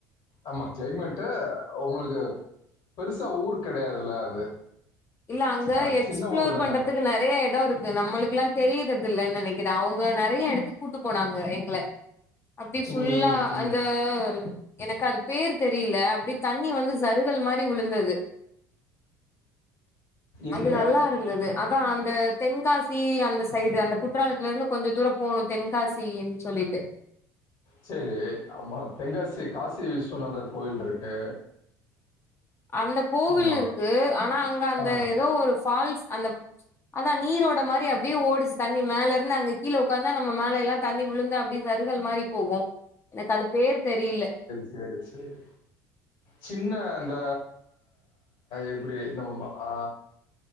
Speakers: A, on the left (about 55°); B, on the left (about 30°).
A: ஆமா கிளைமேட்டு ஒங்ளுக்கு பெருசா ஊர் கெடயாதுல்ல அது
B: இல்ல அங்க
A: அஹ்,
B: எக்ஸ்ப்ளோர்
A: சின்ன ஊர் தானே
B: பண்றதுக்கு நறைய எடோரு க்கு நம்மளுக்கல்லா தெரிறதில்லன் நெனக்கிறே அவுங்க நறைய எடத்துக்கு கூட்டு போனாங்க எங்கள அப்டி ஃபுல்லா
A: ம், ம், ம்.
B: அந்த எனக்கு அது பேர் தெரில அப்டி தண்ணி வந்து சருகல் மாரி வுழுந்தது
A: எங்க
B: அது நல்லாருந்தது அதா அந்த தென்காசி அந்த சைடு அந்த குற்றாலத்துலந்து கொஞ்சோ தூரோ போணு தென்காசின் சொல்லிட்டு
A: சேரி ஆமா தென்காசி காசி விஸ்வநாதர் கோயில்ருக்கு
B: அந்த கோவில்
A: ஆமா
B: இருக்கு ஆனா அங்க அந்த
A: ஆ
B: ஏதோ ஒரு ஃபால்ஸ் அந்த அதா நீரோட மாரி அப்டியே ஓடுச்சு தண்ணி மேலருந்து அங்க கீழ ஒக்காந்தா நம்ம மேலயெல்லா தண்ணி விழுந்து அப்டி சருகல் மாரி போகு எனக்கது பேர் தெரில
A: சேரி சேரி சின்ன அந்த எப்டி நம்ம ம ஆ